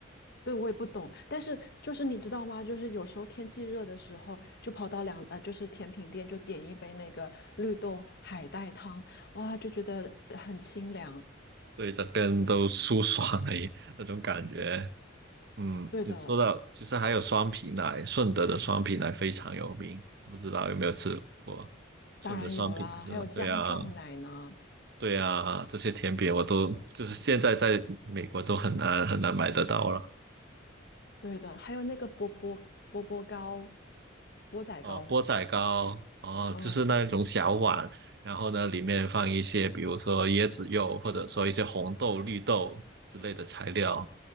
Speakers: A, on the left (about 55°); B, on the right (about 55°).
A: 对，我也不懂。但是就是你知道吗？就是有时候天气热的时候，就跑到凉呃，就是甜品店就点一杯那个绿豆海带汤，哇，就觉得很清凉。
B: 对，整个人都舒爽了耶那种感觉。嗯，
A: 对的。
B: 你说到，其实还有双皮奶，顺德的双皮奶非常有名，不知道有没有吃过？顺德双皮奶知道？
A: 当然有啦，还有姜撞奶呢，
B: 对啊，对啊，这些甜品我都就是现在在美国都很难很难买得到了。
A: 对的，还有那个波波波波糕、钵仔糕，
B: 呃，钵仔糕，哦，
A: 嗯，
B: 就是那种小碗，然后呢，里面放一些，比如说椰子肉，或者说一些红豆、绿豆之类的材料。